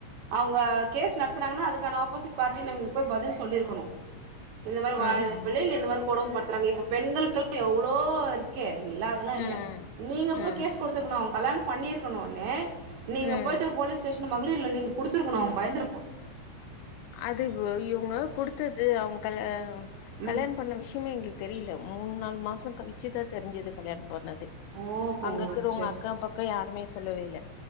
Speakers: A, on the right; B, on the left.
A: அவுங்க கேஸ் நடத்துனாங்கன்னா அதுக்கான ஆப்போசிட் பார்ட்டி நிங் போய் பதில் சொல்லிரு க்கணு இந்த மாரி
B: ம்
A: வாழ விருப்ப இல்ல இல்ல இந்த மாரி கொடும் ப பண்ணி இப்ப பெண்களுக்கெல்லா எவ்ளோ இருக்கே இல்ல அதெல்லா
B: ம்
A: இல்ல நீங்க
B: ம்
A: போய் கேஸ் அவ கல்யாணம் பண்ணிருக்கணுன்னு நீங்க
B: ம்
A: போய்ட்டு போலீஸ் ஸ்டேஷ ன் மகளிர்ல நீங் குடுத்துருக்கணு அவ பயந்துருப்பா
B: அது வ இவுங்க குடுத்தது அவு கல கல்யாண்
A: ம்
B: பண்ண விஷ்யமே எங்ளுக் தெரியில மூண் நாலு மாச கழிச்சுதா தெரிஞ்சது கல்யாணம் பண் ணது
A: ஓஹோ
B: அங்கக்கிறவுங்க
A: சரி
B: அக்க பக்க யாருமே சொல்லவே இல்ல